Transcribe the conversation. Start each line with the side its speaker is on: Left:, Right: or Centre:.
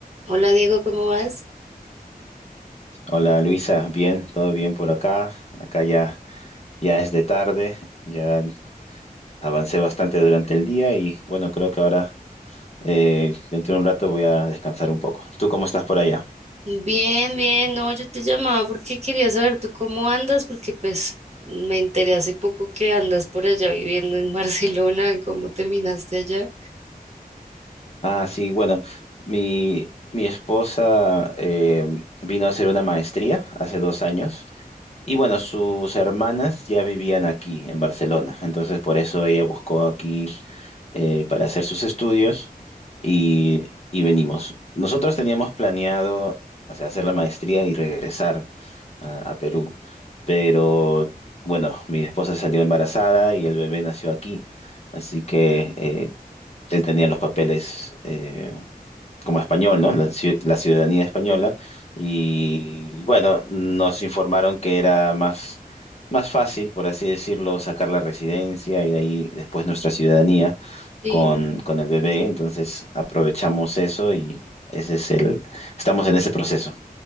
Right: Hola Diego, ¿cómo vas?
Left: Hola Luisa, bien, todo bien por acá. Acá ya, ya es de tarde, ya avancé bastante durante el día y bueno, creo que ahora eh, dentro de un rato voy a descansar un poco. ¿Tú cómo estás por allá?
Right: Bien, bien, no, yo te llamaba porque quería saber tú cómo andas, porque pues me enteré hace poco que andas por allá viviendo en <laughs> Barcelona, ¿cómo terminaste allá?
Left: Ah, sí, bueno, mi, mi esposa eh, vino a hacer una maestría hace dos años y bueno, sus hermanas ya vivían aquí en Barcelona, entonces por eso ella buscó aquí eh, para hacer sus estudios y, y venimos. Nosotros teníamos planeado, o sea, hacer la maestría y regresar a, a Perú, pero bueno, mi esposa salió embarazada y el bebé nació aquí, así que eh, él tenía los papeles. eh, como español, ¿no? La, ci- la ciudadanía española. Y bueno, nos informaron que era más, más fácil, por así decirlo, sacar la residencia y de ahí después nuestra ciudadanía
Right: Sí.
Left: con, con el bebé. Entonces aprovechamos eso y ese es el, estamos en ese proceso.